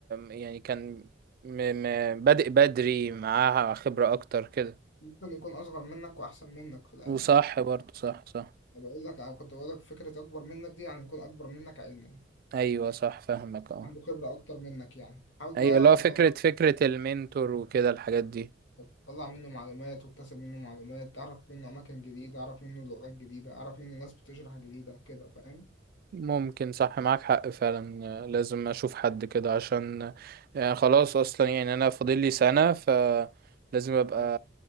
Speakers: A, on the right (about 50°); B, on the left (about 80°).
A: يعني كان م... ما بادئ بدري معاها خبرة اكتر كده
B: ممكن يكون اصغر منك واحسن منك في العلم
A: وصح برضه صح صح
B: أنا بقول لك أو كنت بقول لك فكره اكبر منك دي يعني يكون اكبر منك علما
A: ايوه صح فاهمك اه
B: عنده خبره اكتر منك يعني حاول
A: ايوه
B: بقى
A: اللي هو فكرة
B: تطلع
A: فكرة المنتور وكده الحاجات دي
B: تطلع منه معلومات واكتسب منه معلومات تعرف منه اماكن جديده اعرف منه لغات جديده اعرف منه ناس بتشرح جديده كده فاهم
A: ممكن صح معاك حق فعلا آه، لازم اشوف حد كده عشان يعني خلاص اصلا يعني انا فاضل لي سنة فلازم ابقى
B: أيوة.